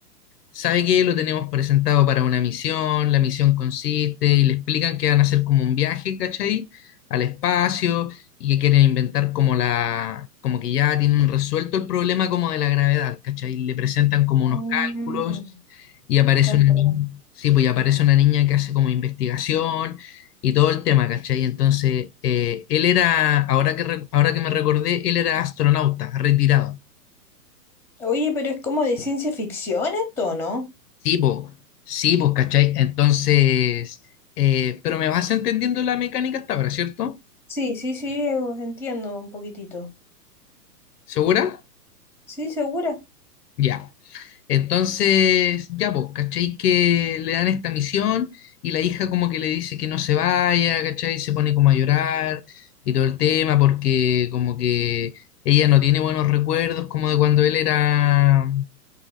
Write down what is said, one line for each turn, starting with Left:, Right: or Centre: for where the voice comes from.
Left: ¿Sabe qué? Lo tenemos presentado para una misión, la misión consiste y le explican que van a hacer como un viaje, ¿cachai? Al espacio y que quieren inventar como la, como que ya tienen resuelto el problema como de la gravedad, ¿cachai? Le presentan como unos
Centre: Mm,
Left: cálculos y aparece
Centre: comprendo.
Left: una niña, sí, pues y aparece una niña que hace como investigación y todo el tema, ¿cachai? Entonces, eh, él era, ahora que, re- ahora que me recordé, él era astronauta, retirado.
Centre: Oye, pero es como de ciencia ficción esto, ¿no?
Left: Sí, vos, sí, vos, ¿cachai? Entonces, eh, pero me vas entendiendo la mecánica hasta ahora, ¿cierto?
Centre: Sí, sí, sí, eh, entiendo un poquitito.
Left: ¿Segura?
Centre: Sí, segura.
Left: Ya. Entonces, ya vos, ¿cachai? Que le dan esta misión y la hija como que le dice que no se vaya, ¿cachai? Se pone como a llorar y todo el tema porque como que ella no tiene buenos recuerdos como de cuando él era,